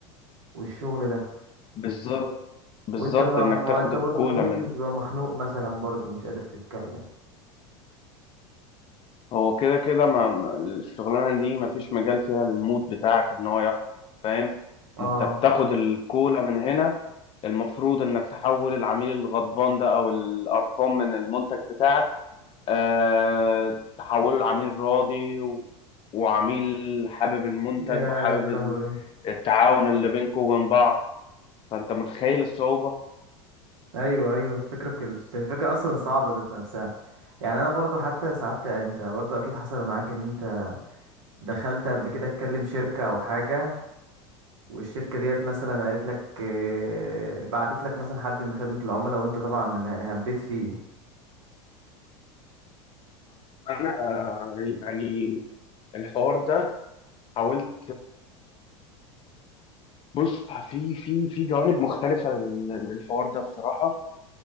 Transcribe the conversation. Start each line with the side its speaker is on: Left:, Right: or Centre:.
Right: والشغل ده
Left: بالظبط بالظبط
Right: وانت ما
Left: انك
Right: ما
Left: تاخد
Right: انت
Left: الكولا
Right: برضو ممكن
Left: من
Right: تبقى مخنوق مثلا برضو مش قادر تتكلم
Left: هو كده كده ما ما- الشغلانه دي ما فيش مجال فيها للمود بتاعك ان هو يحكم فاهم
Right: اه
Left: انت بتاخد الكولا من هنا المفروض انك تحول العميل الغضبان ده او القرفان من المنتج بتاعك أه تحوله لعميل راضي و- وعميل حابب المنتج
Right: يا
Left: وحابب ال-
Right: لهوي
Left: التعاون اللي بينكم وبين بعض فانت متخيل الصعوبه
Right: ايوه ايوه الفكره كل- الفكره اصلا صعبه ذات نفسها يعني انا برضو حتى ساعات انت برضو اكيد حصل معاك ان انت دخلت قبل كده تكلم شركه او حاجه والشركه ديت مثلا قالت لك اه، بعتت لك مثلا حد من خدمه العملاء وانت طبعا يعني هبيت فيه
Left: انا يعني الحوار ده حاولت بص في في في جوانب مختلفة لل- للحوار ده بصراحة